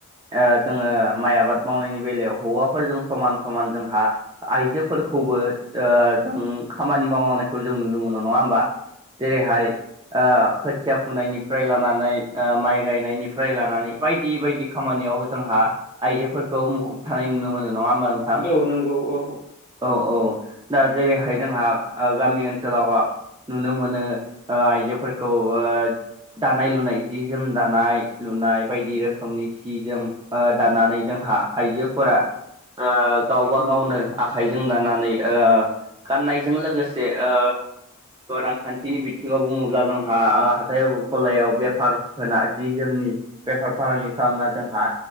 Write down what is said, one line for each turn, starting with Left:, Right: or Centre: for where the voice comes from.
Right: ओ जोङो माइ आबाद मावनायनि बेलायाव हौवाफोरजों समान समान जोंहा आइजोफोरखौबो ओ जों खामानि मावना नायखौ जों नुनो मोनो नङा होमबा जेरैहाय ओ खोथिया फुनायनिफ्राय लानानै ओ माइ गायनायनिफ्राय लानानै बायदि बायदि खामानि नियाव जोंहा आइजोफोरखौ मुखुब थानाय नुनो मोनो। नङा होमबा नोंथां?
Left: औ नंगौ औ
Right: औ औ दा जेरैहाय जोंहा ओ गामि ओनसोलावहा नुनो मोनो ओ आइजोफोरखौ ओ दानाय लुनाय जि जोम दानाय लुनाय बायदि रोखोमनि सि जोम ओ दानानै जों हा आइजोफोरा ओ गावबा
Left: उम
Right: गावनो आखाइजों दानानै ओ गाननायजों लोगोसे ओ अ रांखान्थिनि बिथिङाव बुङोब्ला जोंहा ओ हाथाय गलायाव बेफार होना जि जोम नि बेफार फालांगि खालामना जोंहा